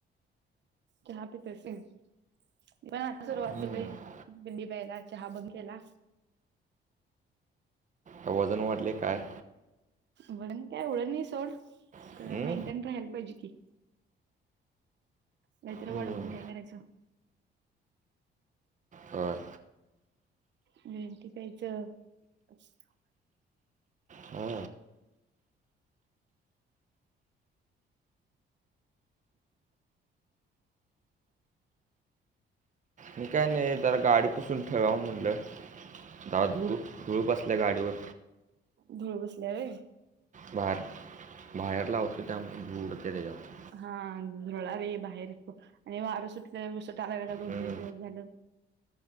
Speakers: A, on the right; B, on the right.
A: चाहा पितोस व्हय मि आता सुरुवात
B: हम्म.
A: केली थंडीत पहिला चहा बंद केला.
B: वजन वाढले काय?
A: वरन काय एव्हड नाही सोड
B: हम्म?
A: मेंटेन राहाला पाहिजे की. नाहीतर
B: हम्म.
A: वाडुन काय करायचं.
B: हां.
A: ग्रीन टिं प्यायचं मस्त.
B: हा. मी काय नाही जरा गाडी पुसून ठेवावं म्हणलं. दादू धूळ बसल्या गाडीवर.
A: धुळ बसल्या व्हय.
B: बाहेर-बाहेर लावत त्यामुळ त्यावर धुळ उडते त्याच्यावर.
A: हा धुळा रे बाहेर. आणि वारं सुटलं विस ट आला दोन
B: हम्म.
A: तीन दिवस झालं.